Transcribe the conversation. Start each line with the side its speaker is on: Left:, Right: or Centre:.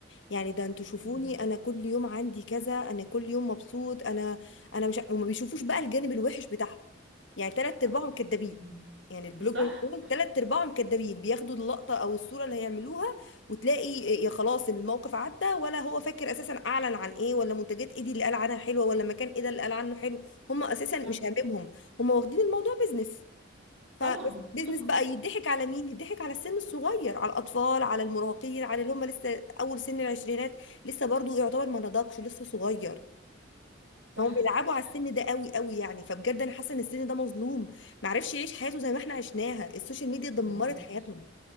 Left: يعني ده انتوا شوفوني
Right: مم.
Left: انا كل يوم عندي كذا انا كل يوم مبسوط انا انا مش ع- وما بيشوفوش بقى الجانب الوحش بتاعهم يعني تلات
Right: صح
Left: ارباعهم كدابين
Right: مم.
Left: يعني البلوجرز
Right: صح
Left: دول
Right: صح
Left: تلات ارباعهم كدابين بياخدوا اللقطة او الصورة اللي هيعملوها وتلاقي يا خلاص الموقف عدى ولا هو فاكر اساسا اعلن عن ايه ولا منتجات ايه دي اللي قال عنها حلوة ولا مكان ايه ده اللي قال عنه حلو هم اساسا
Right: صح
Left: مش هاممهم هم واخدين الموضوع بيزنس فبس
Right: طبعا
Left: بيزنس
Right: طبعا
Left: بقى يضحك على مين يضحك على السن الصغير على الاطفال على المراهقين على اللي هم لسه اول سن العشرينات لسه برضو يعتبر ما نضجش لسه صغير
Right: صح
Left: فهم بيلعبوا
Right: صح
Left: على السن ده قوي قوي يعني فبجد انا حاسه ان السن ده مظلوم ما عرفش يعيش حياته زي ما احنا عشناها السوشيال ميديا دمرت
Right: بالظبط
Left: حياتهم